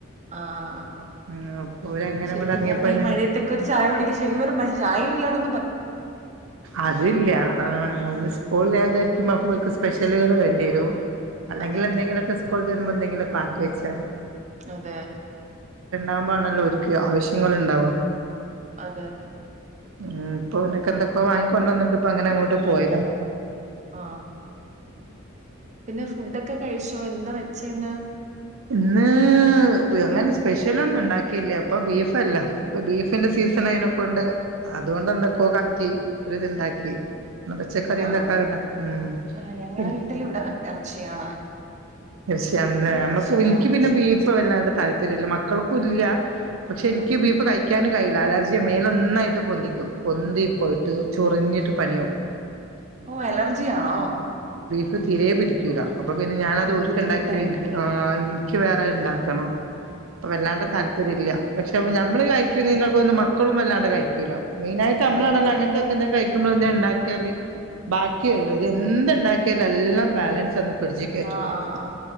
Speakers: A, on the right; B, on the right.
A: ആഹ് ആഹ് ആഹ്
B: ഉം അപ്പൊ ഓര് അങ്ങനെ
A: ശരിക്കും
B: അങ്ങോട്ട് ഇറങ്ങിയപ്പോ
A: പറഞ്ഞ ഈ
B: ഞാന്
A: മഴയത്തൊക്കെ ഒരു ചായ കുടിക്കും ശരിക്കും പറഞ്ഞ ചായ ഇല്ലടോ
B: അതല്ല ഒന്ന് സ്കൂൾല്ലാ വിചാരിക്കുമ്പോ അപ്പോര്ക്ക് സ്പെഷ്യൽ റ്റലുകൾ വേണ്ടിവരും അല്ലെങ്കിൽ
A: അതെ അതെ
B: എന്തെങ്കിലൊക്കെ സ്കൂൾട്ട് വരുമ്പോ എന്തെങ്കിലൊക്കെ ആക്കി വെച്ചാ മതി
A: അതെ
B: ആവുമ്പോ ആണല്ലോ ഓര്ക്ക് ആവശ്യങ്ങൾ ഉണ്ടാവ
A: അതെ അതെ
B: ഉം ഇപ്പൊ ഓനക്കെന്തൊക്കോ വാങ്ങിക്കൊണ്ടന്നിട്ട് വന്നിട്ട ഇപ്പ അങ്ങനെ അങ്ങോട്ട് പോയതാ
A: ആഹ് പിന്നെ ഫുഡൊക്കെ കഴിച്ചോ എന്താ വെച്ചേന്ന്
B: ഇന്ന് അങ്ങനെ സ്പെഷ്യലൊന്നും ഉണ്ടാക്കില്ല ഇപ്പൊ ബീഫല്ല ഇപ്പൊ ബീഫിന്റെ
A: ഉം
B: സീസൺ അയ്നൊക്കെണ്ട് അതുകൊണ്ട് എന്തൊക്കെയ കാറ്റി ഒരു ഇത്ണ്ടാക്കി എന്ന പച്ചക്കറി
A: ആണോ
B: എന്തൊക്കകണ്ട ഉം
A: ആ ഞങ്ങളടെ വീട്ടിൽ ഇവിടെ ഇറച്ചിയാണ്
B: തീർച്ചയണല്ലേ നമ്മുക്ക്
A: ഇറച്ചി തന്നെയാ
B: എനിക്ക്
A: വാങ്ങിച്ചത്
B: പിന്നെ ബീഫ് വല്ലാണ്ട് താല്പര്യം ഇല്ല മക്കൾക്കും ഇല്ല പക്ഷെ എനിക്ക്
A: ആണോ
B: ബീഫ് കഴിക്കാനും കഴിയില്ല അലർജിയ മേൽ ഒന്നായിട്ട് പൊന്തി പൊന്തി പോയിട്ട് ചൊറിഞ്ഞിട്ട് പണിയാവും
A: ഓ അലർജിയാണോ
B: അത് തിരേ പിടിക്കൂല്ല അപ്പോൾ പിന്നെ ഞാനത് ഒരുക്ക
A: ബുദ്ധിമുട്ടായിരിക്കുമല്ലോ
B: ഉണ്ടാക്കിയൽ എനിക്ക് എനിക്ക് വേറെ റേ ഉണ്ടാക്കണം അപ്പൊ വല്ലാണ്ട്
A: ഉം
B: താല്പര്യം ഇല്ല പക്ഷെ അ നമ്മള് കഴിക്കുന്നതിനൊക്കെ ഒ മക്കളും വല്ലാണ്ട് കഴിക്കല്ലോ മെയിനായിട്ട്
A: അതെ
B: നമ്മാണല്ലോ
A: അതെ
B: അങ്ങനത്തെൊക്കെ എന്തങ്കില കഴി ക്കുമ്പള് എന്തേലും ഉണ്ടാക്കിയല് ബാക്കിത് എന്ത് ഉണ്ടാക്കിയാല എല്ലാം ബാലൻസ് ഫ്രിഡ്ജിൽ കയറ്റണം
A: ആ ആ ആ